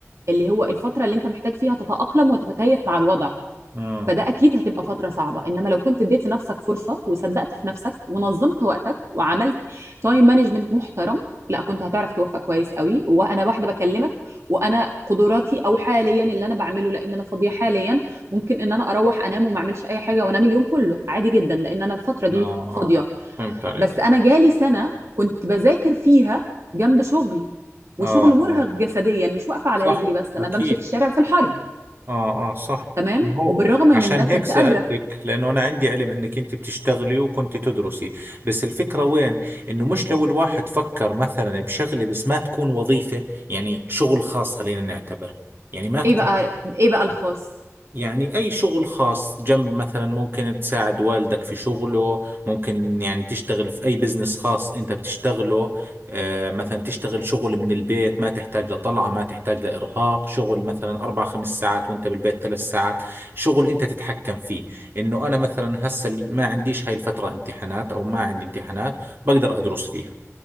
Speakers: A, on the right (about 65°); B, on the right (about 45°).
A: اللي هو الفتره اللي انت محتاج فيها تتاقلم وتتكيف مع الوضع
B: مم.
A: فده اكيد هتبقى فتره صعبه انما لو كنت اديت لنفسك فرصه وصدقت في نفسك ونظمت وقتك وعملت تايم مانجمنت محترم لا كنت هتعرف توفق كويس قوي وانا واحده بكلمك وانا قدراتي او حاليا اللي انا بعمله لان انا فاضيه حاليا ممكن ان انا اروح انام وما اعملش اي حاجه وانام اليوم كله عادي جدا لان انا الفتره دي
B: اه
A: فاضيه
B: اه فهمت عليك
A: بس انا جالي سنه كنت بذاكر فيها جنب شغل وشغل
B: اه
A: مرهق
B: اه
A: جسديا مش واقفه على
B: صح
A: رجلي بس انا
B: اكيد
A: بمشي في الشارع في الحر
B: اه اه صح
A: تمام
B: ما هو
A: وبالرغم من
B: عشان
A: ده
B: هيك
A: كنت
B: سألتك
A: قادره
B: لأنه أنا عندي علم إنك أنت بتشتغلي وكنت تدرسي بس الفكرة وين إنه مش لو الواحد فكر مثلا بشغلة بس ما تكون وظيفة يعني شغل خاص خلينا نعتبر يعني ما تكون
A: ايه بقى ايه بقى الخاص
B: يعني أي شغل خاص جنب مثلا ممكن تساعد والدك في شغله ممكن يعني تشتغل في أي بزنس خاص أنت بتشتغله آه، مثلا تشتغل شغل من البيت ما تحتاج لطلعة ما تحتاج لإرهاق شغل مثلا أربع خمس ساعات وأنت بالبيت ثلاث ساعات شغل أنت تتحكم فيه إنه أنا مثلا هسه ما عنديش هاي الفترة امتحانات أو ما عندي امتحانات بقدر أدرس فيها